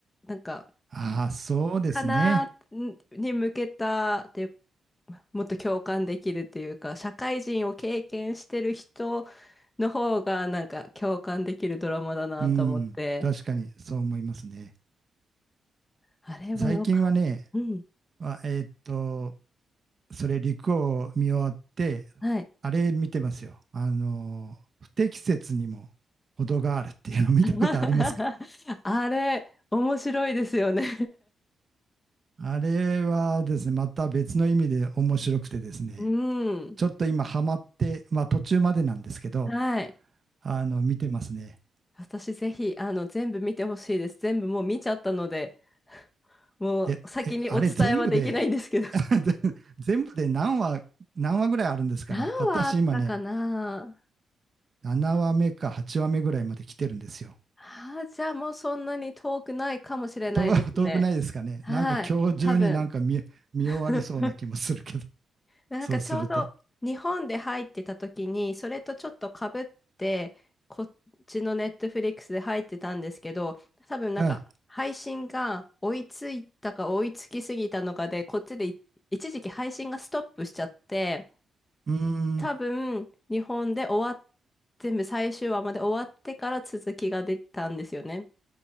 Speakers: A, on the left; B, on the right.
A: んか、
B: ああ、そうですね。
A: かなに向けたっていうもっと共感できるっていうか、社会人を経験してる人の方がなんか共感できるドラマだなと思って、
B: うん。確かにそう思いますね。
A: あれはよかった。
B: 最近はね、
A: うん。
B: あえーっと、それ、陸を見終わって、
A: はい。
B: あれ見てますよ。あの、不適切にも程があるっていうの見たことありますか
A: <laughs> あれ、面白いですよね
B: あれはですね、また別の意味で面白くてですね、
A: <laughs> うん。
B: ちょっと今ハマって、まあ途中までなんですけど、
A: はい。
B: あの、見てますね。
A: 私ぜひ、あの、全部見てほしいです。全部もう見ちゃったので、もう先にお伝えはできないんですけど。
B: え、え、あれ全部で、<laughs> 全部で何話、何話ぐらいあるんですかね。
A: 何話あったかな
B: 私今ね、7話目か8話目ぐらいまで来てるんですよ。
A: ああ、じゃあもうそんなに遠くないかもしれないですね。
B: 遠 <laughs> 遠くないですかね。
A: はい。
B: なんか今日中になんか見、
A: 多分。<laughs>
B: 見終わりそうな気もするけど、
A: なんかちょうど日本で入ってた時に、
B: そうすると。
A: それとちょっと被って、こっちのネットフリックスで入ってたんですけど、多分なんか配信が追いついたか追いつきすぎたのかで、
B: はい。
A: こっちでい一時期配信がストップしちゃって、
B: うーん、うん、
A: 多分日本で終わっ、全部最終話まで終わってから続きが出たんですよね。